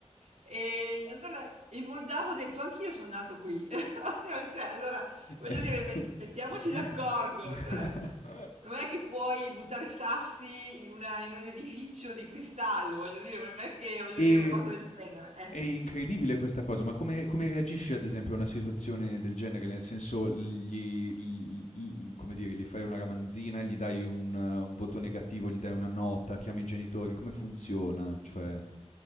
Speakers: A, on the right; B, on the left.
A: Ehm, e allora il moldavo ha detto: "Anch'io son nato qui". <laughs> Cioè, allora voglio
B: Eh.
A: dire met mettiamoci
B: <laughs>
A: d'accordo, cioè non è che puoi buttare sassi in una in un edificio di cristallo, voglio dire, non è che voglio
B: E
A: dire una cosa del genere, ecco.
B: È incredibile questa cosa, ma come come reagisci ad esempio a una situazione del genere? Nel senso gli l l come dire, gli fai una ramanzina, gli dai un eh, un voto negativo, gli dai una nota, chiami i genitori, come funziona? Cioè,